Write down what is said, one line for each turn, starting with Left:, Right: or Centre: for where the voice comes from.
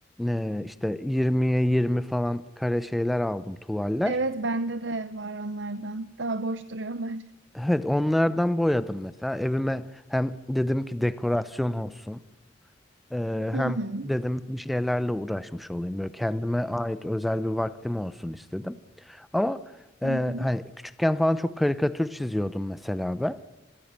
Centre: e, işte 20'ye 20 falan kare şeyler aldım tuvaller.
Right: Evet bende de var onlardan. Daha boş duruyorlar.
Centre: Evet onlardan boyadım mesela. Evime hem dedim ki dekorasyon olsun. Ee,
Right: Hı
Centre: hem
Right: hı.
Centre: dedim bir şeylerle uğraşmış olayım. Böyle kendime ait özel bir vaktim olsun istedim. Ama e,
Right: Hı hı.
Centre: hani küçükken falan çok karikatür çiziyordum mesela ben.